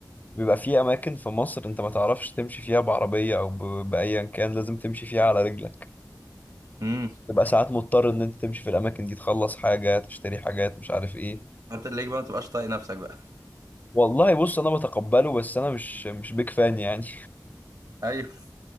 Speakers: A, on the left; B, on the right.
A: بيبقى في اماكن في مصر انت ما تعرفش تمشي فيها بعربيه او ب- بايا كان لازم تمشي فيها على رجلك
B: امم
A: تبقى ساعات مضطر ان انت تمشي في الاماكن دي تخلص حاجه تشتري حاجات مش عارف ايه
B: انت تلاقيك بقى ما تبقاش طايق نفسك بقى
A: والله بص انا بتقبله بس انا مش مش بيك فان يعني
B: <laughs> ايوه